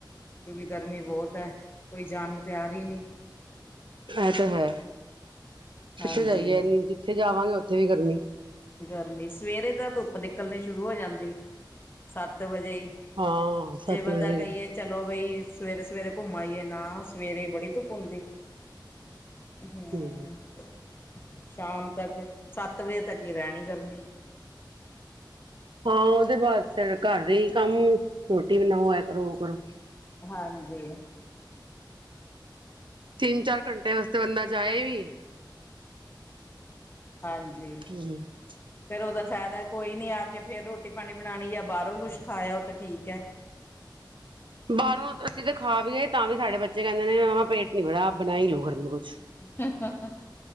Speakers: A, on the left; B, on the right.
A: ਕਿਉਂਕਿ ਗਰਮੀ ਬਹੁਤ ਐ, ਕੋਈ ਜਾਨ ਨੂੰ ਤਿਆਰ ਈ ਨਈਂ।
B: ਇਹ ਤੇ ਹੈ,
A: ਹਾਂਜੀ
B: ਕਿੱਥੇ ਜਾਈਏ ਇਨੀ ਜਿੱਥੇ ਜਾਵਾਂਗੇ ਉੱਥੇ ਵੀ ਗਰਮੀ
A: ਗਰਮੀ ਸਵੇਰੇ ਤਾਂ ਧੁੱਪ ਨਿਕਲਣੀ ਸ਼ੁਰੂ ਹੋ ਜਾਂਦੀ ਸੱਤ ਵਜੇ ਈ
B: ਹਾਂ ਸੱਤ
A: ਜੇ ਬੰਦਾ
B: ਵਜੇ
A: ਕਹੀਏ ਚਲੋ ਬਈ ਸਵੇਰੇ, ਸਵੇਰੇ ਘੁੰਮ ਆਈਐ ਨਾਂ ਸਵੇਰੇ ਬੜੀ ਧੁੱਪ ਹੁੰਦੀ। ਹਂ,
B: ਹਮ
A: ਸ਼ਾਮ ਤੱਕ। ਸੱਤ ਵਜੇ ਤੱਕ ਈ ਰਹਿਣੀ ਗਰਮੀ
B: ਹਾਂ ਉਹਦੇ ਬਾਅਦ ਫਿਰ ਘਰ ਦੇ ਈ ਕੰਮ, ਰੋਟੀ ਬਣਾਓ ਐ ਕਰੋ, ਉਹ ਕਰੋ।
A: ਹਾਂਜੀ।
B: ਤਿੰਨ-ਚਾਰ ਘੰਟੇ ਵਾਸਤੇ ਬੰਦਾ ਜਾਏ ਵੀ
A: ਹਾਂਜੀ।
B: <unintelligible>
A: ਫੇਰ ਉਹਦਾ ਫਾਇਦਾ ਕੋਈ ਨੀਂ, ਆ ਕੇ ਫੇਰ ਰੋਟੀ-ਪਾਣੀ ਬਣਾਣੀ ਜਾਂ ਬਾਹਰੋਂ ਕੁੱਛ ਖਾ ਆਇਔ। ਤਾਂ ਠੀਕ ਐ।
B: ਬਾਹਰੋਂ ਅਸੀਂ ਤਾਂ ਖਾਵੀ ਆਇਏ ਤਾਂ ਵੀ ਸਾਡੇ ਬੱਚੇ ਕਹਿੰਦੇ ਨੇ ਮ ਪੇਟ ਨੀਂ ਭੜਾ ਆਪ ਬਣਾ ਈ ਲੋਓ ਕੁਛ
A: <unintelligible>